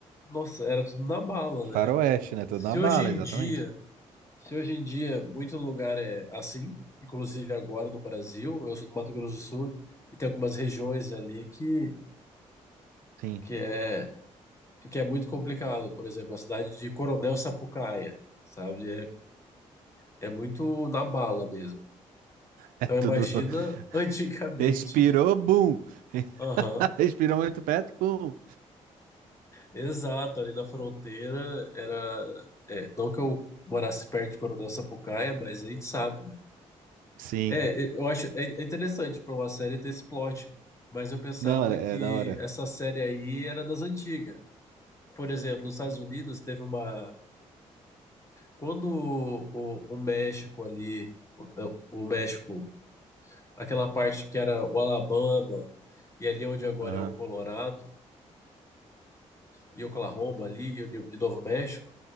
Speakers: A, on the left; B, on the right.
A: nossa, era tudo na bala,
B: Faroeste,
A: né?
B: né? Tudo
A: Se
B: na bala,
A: hoje em
B: exatamente.
A: dia, se hoje em dia muito lugar é assim, inclusive agora no Brasil, eu sou do Mato Grosso do Sul e tem algumas regiões ali que
B: Sim.
A: que é
B: <laughs>
A: que é muito complicado. Por exemplo, a cidade de Coronel Sapucaia, sabe? É, é muito na bala mesmo.
B: É
A: Então
B: tudo.
A: imagina antigamente.
B: Respirou, bum!
A: <laughs> Aham.
B: <laughs> Respirou muito perto, bum!
A: Exato, ali na fronteira era. é, não que eu morasse perto de Coronel Sapucaia, mas a gente sabe, né?
B: Sim.
A: É, é, eu acho é é interessante para uma série ter esse plot, mas eu pensava
B: Não, é,
A: que
B: é da hora.
A: essa série aí era das antigas. Por exemplo, nos Estados Unidos teve uma. Quando o, o México ali, o, o México, aquela parte que era o Alabama, e ali onde agora
B: Aham.
A: é o Colorado, e Oklahoma ali, e o e Novo México,